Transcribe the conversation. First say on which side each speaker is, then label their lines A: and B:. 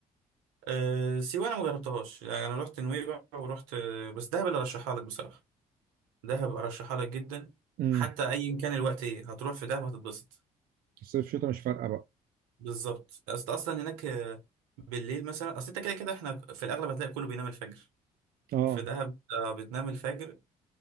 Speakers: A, on the right; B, on the right.
A: أه سيوة انا مجربتهاش يعني انا رحت نويبع ورحت آه، بس دهب اللي ارشحها لك بصراحة دهب ارشحها لك جدا
B: امم
A: حتى ايا كان الوقت ايه هتروح في دهب هتتبسط
B: الصيف شتاء مش فارقه بقى
A: بالظبط اصل اصلا هناك آه، بالليل مثلا اصل انت كده كده احنا في الاغلب هتلاقي كله بينام الفجر
B: اه
A: في دهب آه، بتنام الفجر